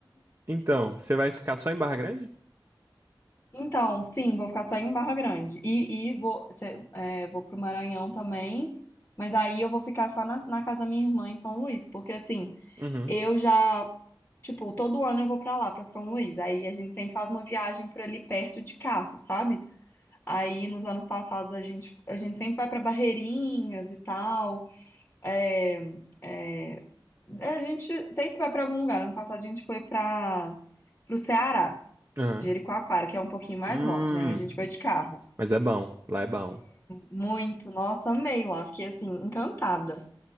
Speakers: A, on the right (about 35°); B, on the left (about 25°).
A: Então, você vai ficar só em Barra Grande?
B: Então, sim, vou ficar só em Barra Grande. E, e vou, cê- é, vou pro Maranhão também. Mas aí eu vou ficar só na, na casa da minha irmã em São Luís, porque assim.
A: Uhum,
B: Eu já, tipo, todo ano eu vou pra lá, pra São Luís. Aí a gente sempre faz uma viagem por ali perto de carro, sabe? Aí nos anos passados a gente, a gente sempre vai pra Barreirinhas e tal. É, é, a gente sempre vai pra algum lugar. Ano passado a gente foi para pro Ceará,
A: aham.
B: Jericoacoara, que é um pouquinho mais
A: Hum,
B: longe, né? A gente foi de carro.
A: mas é bom, lá é bom.
B: Muito, nossa, amei lá, fiquei assim, encantada.